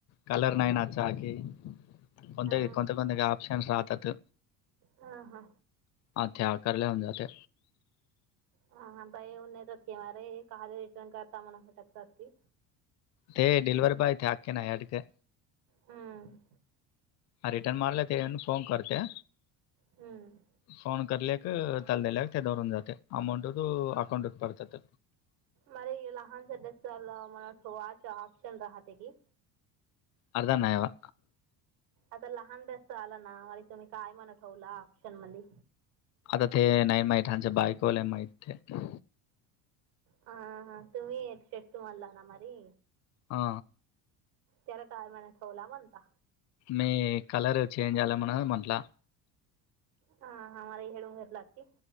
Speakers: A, on the left; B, on the right.
A: कलर नाही नाचा की कोते
B: हां
A: कोंत कोते आप्शनस राहतात
B: हा हा
A: ह ते करल्या जा ते
B: हा हा बाईऊ नाहीेतती मे का रिटर्न करता म्हणा फटकती
A: ते डलवर्ह बाय तेथाके ना या अडक
B: हम
A: हा रिटर्न मारला ते फोन करते
B: हम्म
A: फोन करल्या क त्यालला दल्या ते दरून जाते अमाऊंट त अकाउंटत पडतात
B: मर लहान सदसला मठ वाच आऑपशन राहत की
A: अर्ध ना आहेवा
B: आता लहान रस आला ना म तुम्ही काय म्हण ठेवला ऑप्शन मध
A: आता ते नाही माहितच्या बायकोला माहित आहे
B: हा हा तुम्ही एक शेट मारला ना मरी
A: हा
B: तला काय मने ठेवला म्हणता
A: मी कलर चेंज आले म्हणा म्हंटला
B: हा हा मला हेळूग घर ला की